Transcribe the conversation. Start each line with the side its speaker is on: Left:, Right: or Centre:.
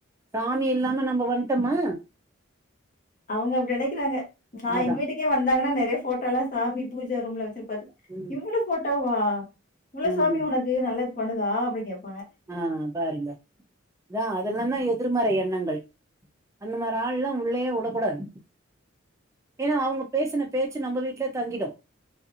Right: சாமி இல்லாம நம்போ வன்ட்டோமா
Left: அவுங்க அப்டி நெனைக்கிறாங்க நா
Right: அதா
Left: எங்க வீட்டுக்கே வந்தாங்கன்னா நெறைய ஃபோட்டோல்லா சாமி பூஜா ரூம்லா வெச்சிருக் பாத்து
Right: ம்
Left: இவ்ளோ ஃபோட்டோவா இவ்ளோ
Right: ம்
Left: சாமி உனக்கு நல்லது பண்ணுதா அப்டி கேப்பா
Right: ஆ பாருங்க அதான் அதெல்லா தா யோ எதிர்மறை எண்ணங்கள் அந்த மாரி ஆள்லா உள்ளயே விடக்க கூடாது ஏன்னா அவுங்க பேசின பேச்சி நம்ம வீட்லே தங்கிடு